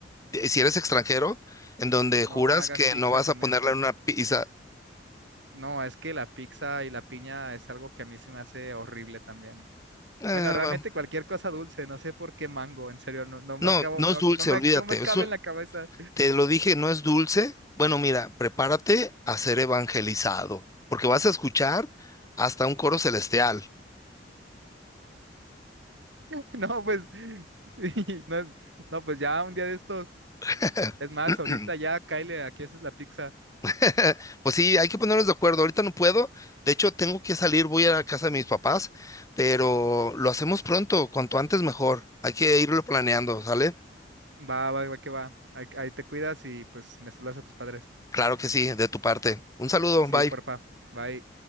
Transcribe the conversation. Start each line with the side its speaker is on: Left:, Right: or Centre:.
Left: eh, si eres extranjero, en donde
Right: No
Left: juras
Right: hagas
Left: que
Right: pizza
Left: no vas
Right: con
Left: a ponerla
Right: esto.
Left: en una pizza.
Right: No, es que la pizza y la piña es algo que a mí se me hace horrible también.
Left: Eh,
Right: Bueno, realmente
Left: bueno,
Right: cualquier cosa dulce, no sé por qué mango, en serio, no, no me
Left: no,
Right: acabo,
Left: no
Right: no,
Left: es dulce,
Right: no me,
Left: olvídate.
Right: no me cabe
Left: Eso,
Right: en la cabeza.
Left: te lo dije, no es dulce. Bueno, mira, prepárate a ser evangelizado, porque vas a escuchar hasta un coro celestial.
Right: <laughs> No, pues, <laughs> y no, no, pues ya un día de estos,
Left: <clears throat>
Right: es más, ahorita ya, Kyle, aquí haces la pizza.
Left: <laughs> Pues sí, hay que ponernos de acuerdo. Ahorita no puedo. De hecho, tengo que salir, voy a la casa de mis papás, pero lo hacemos pronto, cuanto antes mejor. Hay que irlo planeando, ¿sale?
Right: Va, va, va, que va. Ahí, ahí te cuidas y pues me saludas a tus padres.
Left: Claro que sí, de tu parte. Un saludo,
Right: Sí,
Left: bye.
Right: porfa. Bye.